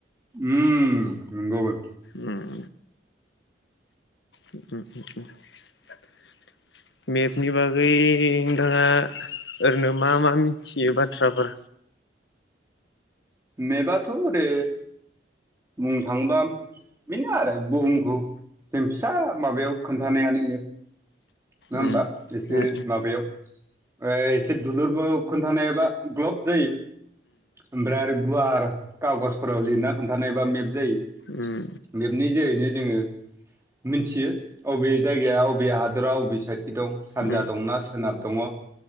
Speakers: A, on the right; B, on the left.
A: उम नोंगौ।
B: उम उम उम उम उम मेपनि बागै नोंथाङा ओरैनो मा मा मिथियो बाथ्राफोर?
A: मेबाथ दे बुंनो थांबा बेनो आरो बुहुमखौ जों फिसा माबायाव खोन्थानायानो मेप। ना होमबा?
B: उम
A: एसे
B: उम
A: माबायाव आइ एसे दुलुरबो खोन्थानायबा ग्लब जायो। ओमफ्राय आरो गुवार कागजफोराव लिरना खोन्थानायबा मेप जायो
B: उम
A: मेपनि जोहैनो जोङो मिन्थियो अबे जायगाया अबे हादरा अबे साइद खि दं सानजा
B: उम उम
A: दंना सोनाब दङ,